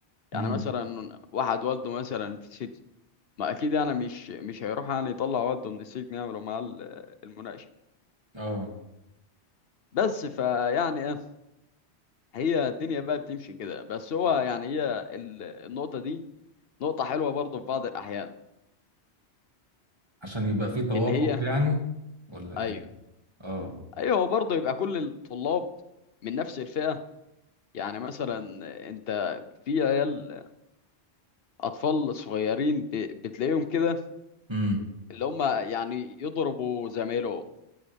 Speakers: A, on the left (about 60°); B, on the right (about 25°).
A: يعني
B: امم
A: مثلا واحد والده مثلا في سجن ما اكيد يعني مش مش هيروح يعني يطلع والده من السجن يعملوا معاه ال- المناقشه
B: اه
A: بس فيعني ايه هي الدنيا بقى بتمشي كده بس هو يعني هي ال- النقطه دي نقطه حلوه برضه في بعض الاحيان
B: عشان يبقى في توافق
A: ان هي
B: يعني ولا
A: ايوه
B: ايه اه
A: ايوه هو برضه يبقى كل الطلاب من نفس الفئه يعني مثلا انت في عيال اطفال صغيرين ب- بتلاقيهم كده
B: امم
A: اللي هم يعني يضربوا زمايلهم